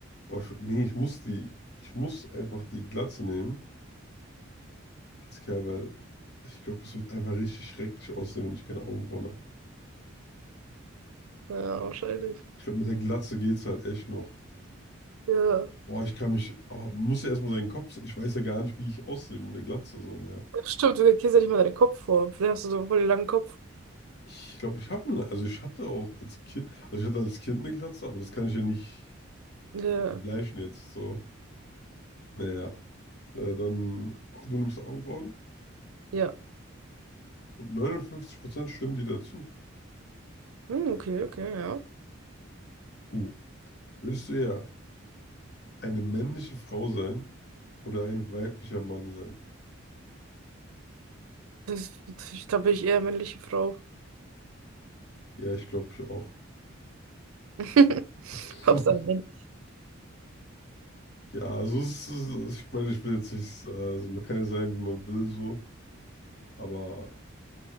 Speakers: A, on the left; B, on the right.
A: Boah, ich würd, nee, ich muss die, ich muss einfach die Glatze nehmen. als Kerl, weil ich glaube, es wird einfach richtig schrecklich aussehen, wenn ich keine Augenbrauen habe.
B: Ja, wahrscheinlich.
A: Ich glaube, mit der Glatze geht's halt echt noch.
B: Ja.
A: Boah, ich kann mich, aber muss ja erstmal seinen Kopf sehen. Ich weiß ja gar nicht, wie ich aussehe mit einer Glatze so mehr.
B: Ach, stimmt, du erkennst ja nicht mal deinen Kopf vor. Vielleicht hast du so voll den langen Kopf.
A: Ich glaube, ich habe eine, also ich hatte auch als Kind, also ich hatte als Kind eine Glatze, aber das kann ich ja nicht
B: Ja.
A: vergleichen jetzt so. Naja, äh, dann, du nimmst Augenbrauen
B: Ja.
A: und 59% stimmen dir dazu.
B: Hm, okay, okay, ja.
A: Uh, würdest du eher eine männliche Frau sein oder ein weiblicher Mann sein?
B: Das, ich glaube, bin ich eher männliche Frau.
A: Ja, ich glaube, ich auch.
B: <laughs>
A: <laughs>
B: Hauptsache männlich.
A: Ja, also es ist, ich meine, ich will jetzt nicht, also man kann ja sein, wie man will, so, aber